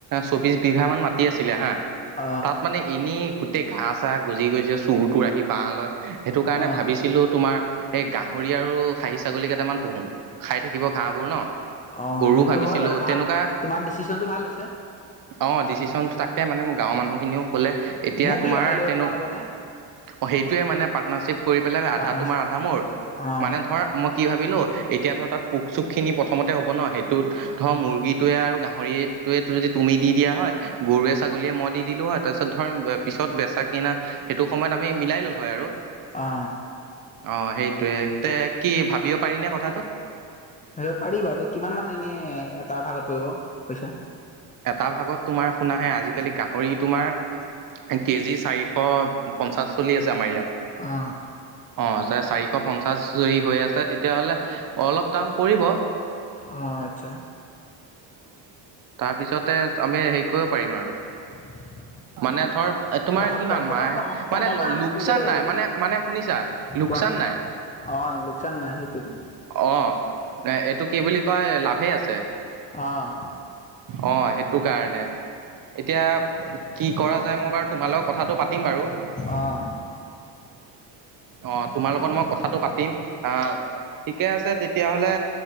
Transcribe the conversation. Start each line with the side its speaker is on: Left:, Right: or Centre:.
Right: চৌবিশ বিঘা মান মাটি আছিলে হা
Left: অ
Right: তাত মানে এনে গোটেই ঘা চা গজি গজি চুৰটো আহি বাঁহ লয় সেইটো কাৰণে
Left: অ
Right: ভাবিছিলোঁ তোমাৰ এই গাহৰি আৰু খাহী ছাগলী কেইটামান পোহো খাই থাকিব ঘহবোৰ ন
Left: অ
Right: গৰু
Left: সেইটো
Right: ভাবিছিলো
Left: হয় বাৰু ভাল
Right: তেনেকুৱা
Left: তোমাৰ ডিচিশনটো ভাল হৈছে
Right: অ ডিচিশন তাকে মানে মই গাঁৱৰ মানুহখিনিও কলে এতিয়া
Left: ময়ো খুলিব
Right: তোমাৰ
Left: পাৰিলো হয়
Right: তেনে
Left: তোমাৰ লগতে
Right: অ সেইটোৱে মানে পাৰ্টনাৰশ্বিপ কৰি পেলাই
Left: পাৰ্টনাৰশ্বিপ
Right: আধা তোমাৰ আধা মোৰ
Left: অ
Right: মানে ধৰ মই কি ভাবিলো এতিয়া ধৰ তাত পোক চোক খিনি প্ৰথমতে হ'ব ন সেইটোত ধৰ মুৰ্গীটোৱে আৰু গাহৰিটোৱেটো যদি তুমি দি দিয়া হয় গৰুৱে ছাগলীয়ে মই দি দিলো হয় তাৰপিছত ধৰ পিছত বেচা কিনা সেইটো সময়ত আমি মিলাই ল'লো হয় আৰু
Left: আহ
Right: অ সেইটোৱে তে কি ভাবিব পাৰি নে কথাটো
Left: আহব পাৰিব আৰু কিমান মান এনেই এটা ভাগত পৰিব পইচা
Right: এটা ভাগত তোমাৰ শুনাহে আজি কালি গাহৰি তোমাৰ কেজি চাৰিশ পঞ্চাশ চলি আছে আমাৰ ইয়াত
Left: অঁ
Right: অ যে চাৰিশ পঞ্চাশ যদি হৈ আছে তেতিয়াহ'লে অলপ দাম পৰিব
Left: আহ আচ্ছা।
Right: তাৰ পিছতে আমি হেৰি কৰিব পাৰিম আৰু।
Left: <unintelligible>
Right: মানে ধৰ তোমাৰ
Left: প্ৰথম
Right: কিমান
Left: প্ৰথম
Right: মাহে
Left: কম কমৰ
Right: মানে
Left: পৰা আৰম্ভ
Right: লোকচান
Left: কৰিব লাগিব
Right: নাই
Left: বোলো
Right: মানে মানে শুনিছা লোকচান
Left: কোৱা
Right: নাই
Left: অঁ লোককচান নাই সেইটোতো
Right: অ এ এইটো কি বুলি কয় লাভেই আছে
Left: অঁ
Right: অঁ সেইটো কাৰণে এতিয়া কি কৰা যায় মই বাৰু তোমাৰ লগত কথাটো পাতিম বাৰু
Left: অঁ
Right: অঁ তোমাৰ লগত মই কথাটো পাতিম আহ ঠিকে আছে তেতিয়াহলে